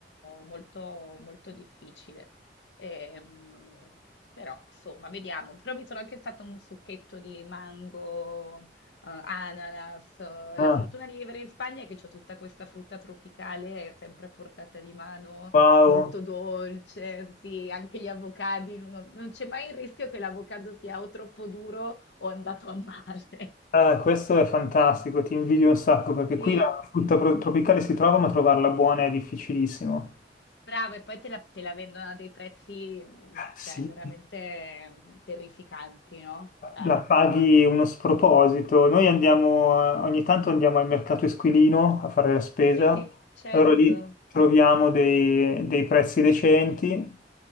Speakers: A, on the left; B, on the left.
A: molto, molto difficile. Ehm, però insomma, vediamo, però mi sono anche fatto un succhetto di mango, eh, ananas, eh,
B: Ah,
A: la fortuna di vivere in Spagna è che c'ho tutta questa frutta tropicale sempre a portata di mano
B: wow.
A: molto dolce, sì, anche gli avocadi, non, non c'è mai il rischio che l'avocado sia o troppo duro o è andato a male. <laughs>
B: Ah, questo è fantastico, ti invidio un sacco perché
A: Sì,
B: qui la frutta pro- tropicale si trova, ma trovarla buona è difficilissimo.
A: bravo, e poi te la, te la vendono a dei prezzi, mm,
B: Ah,
A: cioè,
B: Sì.
A: veramente mm, terrificanti, no? Eh,
B: la paghi uno sproposito. Noi andiamo, eh, ogni tanto andiamo al mercato Esquilino a fare la spesa,
A: sì, certo,
B: allora lì troviamo dei, dei prezzi decenti.